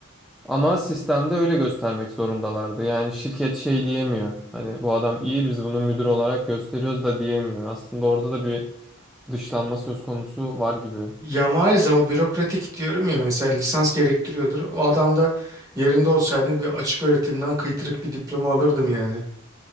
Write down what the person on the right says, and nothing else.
Ya maalesef o bürokratik diyorum ya mesela lisans gerektiriyordur. O adam da yerinde olsaydı bir açık öğretimden kıytırık bir diploma alırdım yani.